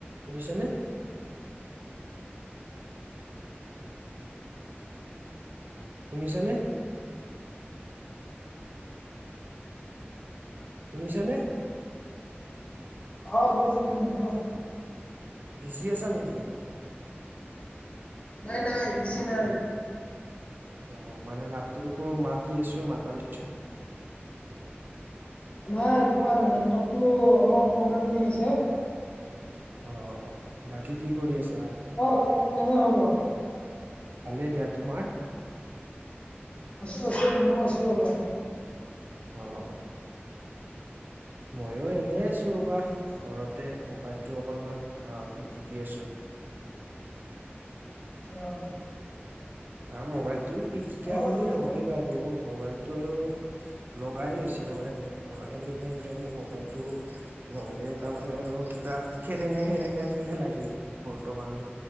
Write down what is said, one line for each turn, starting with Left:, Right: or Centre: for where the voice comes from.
Right: শুনিছ নে। শুনিছ নে। শুনিছ নে।
Left: অ শুনিছো ন <inaudible> ন পুৱোৱা
Right: বিজি আছা নেকি।
Left: নাই নাই বিজি নাই।
Right: অ মানে মাতটোকো মাতি আছো মাতাছো <inaudible>
Left: নাই তোমাৰ নেটৱৰ্কটো অলপ প্ৰব্লেম দি আছে।
Right: অ বাকী কি কৰি আছা।
Left: অ কেনে কেনে খবৰ।
Right: ভালে দিয়া তোমাৰ।
Left: আছো আছো মই আছো ৰবা।
Right: অ মইয়ো এনেই আছো ৰবা। ঘৰতে মোবাইলটো অকনমান অ পিটিকি আছোঁ।
Left: অহ।
Right: অ মোবাইলটো পিকিকা
Left: অ, হয়
Right: বুলি নহয় বাৰু মোবাইলটো আৰু লগাই হৈছিল মানে তাৰ মানে এনি টাইম মানে মবাইলটো নহলে তাৰমানে আৰু কিবা সেৰেঙা সেৰেঙা যেনী লাগেই বৰ্তমান